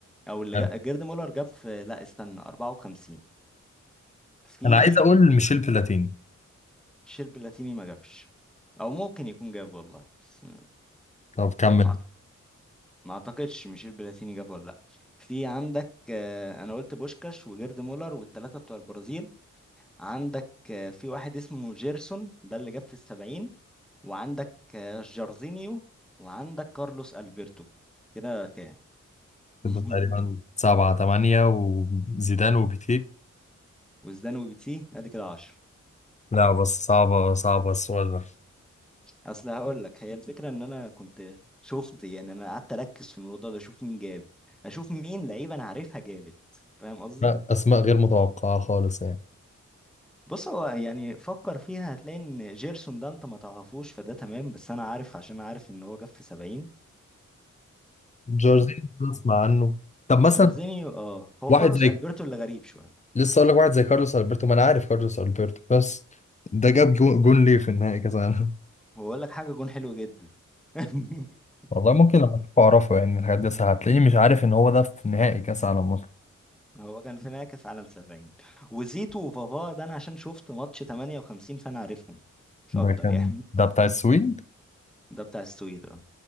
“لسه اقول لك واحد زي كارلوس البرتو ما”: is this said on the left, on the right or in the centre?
Left